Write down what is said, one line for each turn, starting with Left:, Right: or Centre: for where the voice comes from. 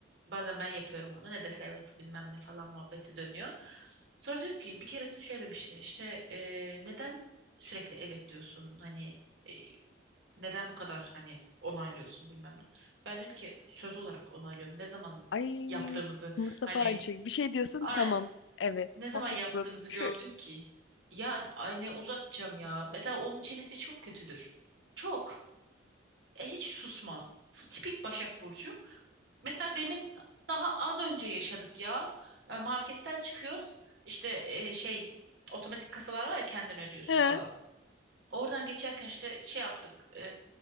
Right: bazen ben yapıyorum onu. Ne dese evet bilmem ne falan muhabbeti dönüyor. Sonra diyor ki bir keresinde şey demiş işte e, neden sürekli evet diyorsun? Hani e, neden bu kadar hani onaylıyorsun bilmem ne. Ben dedim ki söz olarak onaylıyorum. Ne zaman
Left: Ay
Right: yaptığımızı
Left: Mustafa
Right: hani
Left: aynı şey. Bir şey diyorsun
Right: aynen
Left: tamam. Evet,
Right: ne zaman
Left: haklısın.
Right: yaptığımızı
Left: Şöyle.
Right: gördün ki? Yani ay ne uzatacağım ya. Mesela onun çenesi çok kötüdür. Çok. E, hiç susmaz. T- Tipik Başak Burcu. Mesela demin daha az önce yaşadık ya. E, Marketten çıkıyoruz. İşte e, şey otomatik kasalar var ya kendin ödüyorsun
Left: He.
Right: falan. Oradan geçerken işte şey yaptık. e,